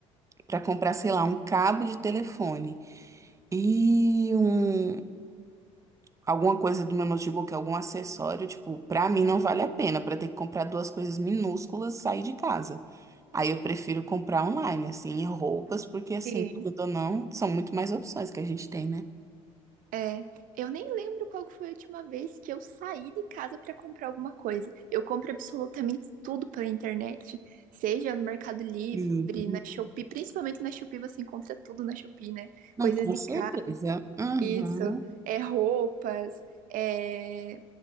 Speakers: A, on the right; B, on the right.
A: Para comprar, sei lá, um cabo de telefone e um alguma coisa do meu notebook, algum acessório, tipo, pra mim não vale a pena, pra ter que comprar duas coisas minúsculas, sair de casa. Aí eu prefiro comprar online, assim, e roupas, porque assim,
B: Sim.
A: querendo ou não, são muito mais opções que a gente tem, né?
B: É, eu nem lembro qual que foi a última vez que eu saí de casa para comprar alguma coisa. Eu compro absolutamente tudo pela internet, seja no Mercado Livre,
A: Hum.
B: na Shopee, principalmente na Shopee você encontra tudo na Shopee, né?
A: Não,
B: Coisas
A: com
B: de
A: certeza.
B: casa,
A: Uhum.
B: isso, é roupas, é